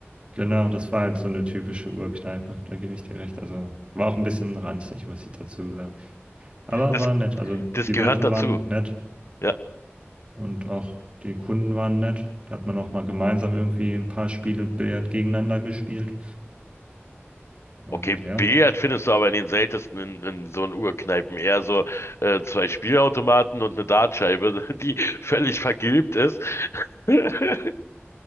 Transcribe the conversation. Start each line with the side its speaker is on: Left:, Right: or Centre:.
Right: Genau, das war halt so eine typische Urkneipe, da gebe ich dir recht. Also war auch ein bisschen ranzig, muss ich dazu sagen. Aber
Left: Das,
Right: war nett. Also
Left: das
Right: die
Left: gehört
Right: Wirte
Left: dazu.
Right: waren nett
Left: Ja.
Right: und auch die Kunden waren nett. Da hat man auch mal gemeinsam irgendwie ein paar Spiele Billard gegeneinander gespielt. Und
Left: Okay,
Right: ja,
Left: Billard findest du aber in den seltensten in, in so einen Urkneipen. Eher so äh, zwei Spielautomaten und eine Dartscheibe, <laughs> die völlig vergilbt ist. <laughs>